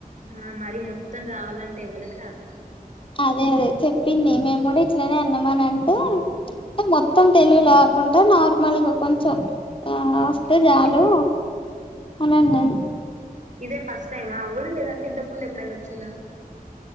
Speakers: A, on the right; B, on the left.
A: ఆ మరి మొత్తం రావాలంటే ఎవరికి రాదు
B: అదే అదే చెప్పింది మేము కూడా ఇట్లనే అన్నామని అంటే మొత్తం తెలుగు లో కాకుండా నార్మల్గా కొంచెం ఆ వస్తే
A: ఉమ్.
B: చాలు అనిన్నా
A: ఇదే ఫస్ట్ టైమా అవుడ లేదంటే ఇంతకు ముందు ఎప్పుడైనా వచ్చిందా